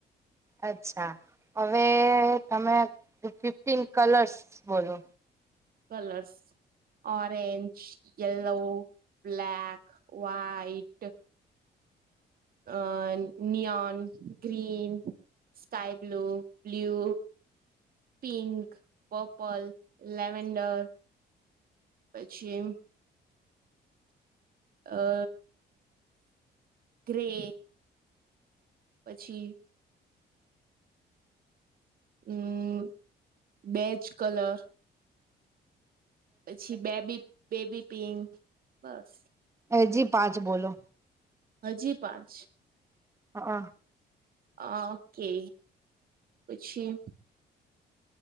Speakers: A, on the right; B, on the right.
A: અચ્છા. હવે તમે ફિફ્ટીન કલર્સ બોલો.
B: Colours orange, yellow black, white uh neon green sky blue, blue pink, purple, lavender પછી અ ગ્રે પછી હમ્મ, બેચ કલર પછી બેબી બેબી પિન્ક બસ
A: હ જી પાંચ બોલો.
B: હજી પાંચ
A: અ
B: હ ઓકે પછી